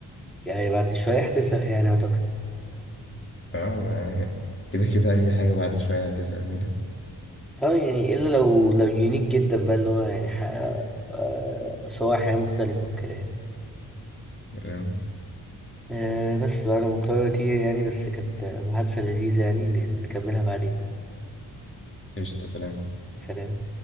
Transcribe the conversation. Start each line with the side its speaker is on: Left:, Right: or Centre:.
Centre: يعني بعد شوية هتزهق يعني أعتقد
Left: اه ما- كده كده أي حاجة بعد شوية هتزهق منها
Centre: أه يعني إلا لو لو يونيك جدا بقى اللي هو يعني حقق آه، صور حياة مختلفة وكده يعني
Left: آه،
Centre: أه بس بقى أنا مضطر أطير يعني بس كانت محادثة لذيذة يعني ن- نكملها بعدين بقى
Left: قشطة سلام
Centre: سلام